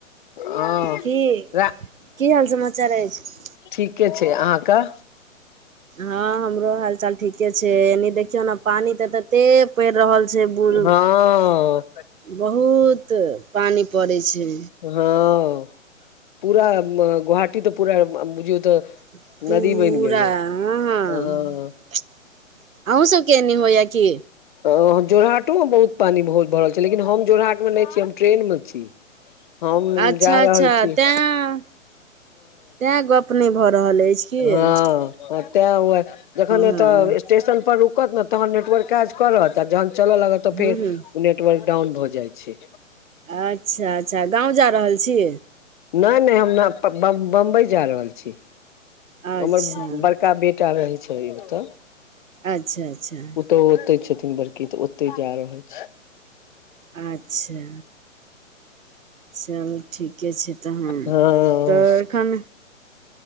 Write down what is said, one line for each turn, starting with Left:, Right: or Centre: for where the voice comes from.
Left: हाँ
Right: की
Left: रा
Right: की हाल समाचार अछि
Left: - ठीके छै अहाँ के
Right: हाँ हमरो हाल चाल ठीके छै एनि देखियौ ने पानि तऽ तेत कते पड़ि रहल छै बून्द
Left: हँ
Right: बहुत पानि पड़ै छै
Left: हाँ पुरा गुहाटी तऽ पूरा बुझीयौ तऽ
Right: पुरा
Left: नदी बनि गेलै
Right: अ
Left: हँ
Right: हाँ अहुं सबके एनी होया की
Left: जोर हाटो मे बहुत पानि बहुत भरल छै लेकिन हम जोरहट मे नहि छी हम ट्रेन में छी हम
Right: अच्छा
Left: जा
Right: अच्छा
Left: रहल छी
Right: तैं तैं गप नहि भऽ रहल अछि की
Left: हाँ
Right: हँ
Left: तें हए जखन ए
Right: हँ
Left: तऽ स्टेशन पर रुक रुकत न तहन नेटवर्क काज करत आ जहन चलऽ लागत तऽ
Right: हूँ
Left: फेर नेट
Right: हूँ
Left: नेटवर्क डाउन भऽ जाइ छै
Right: अच्छा अच्छा गाँव जा रहल छी
Left: नै नै हम बम बम्बई जा रहल छी
Right: अच्छा
Left: हमर बड़का बेटा रहै छै ओतऽ
Right: अच्छा अच्छा
Left: तो ओते छथिन बड़की तऽ ओते जा रहल छी
Right: अच्छा चलू ठीके छै तहन
Left: हाँ
Right: तऽ एखन